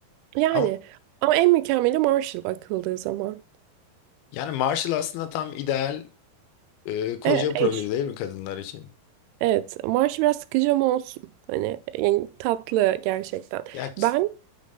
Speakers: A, on the right; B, on the left.
A: Yani
B: Ama
A: ama en mükemmeli Marshall bakıldığı zaman.
B: Yani Marshall aslında tam ideal e, koca
A: Evet
B: profili
A: eş.
B: değil mi kadınlar için?
A: Evet Marshall biraz sıkıcı ama olsun. Hani yani tatlı gerçekten.
B: Ya ç-
A: Ben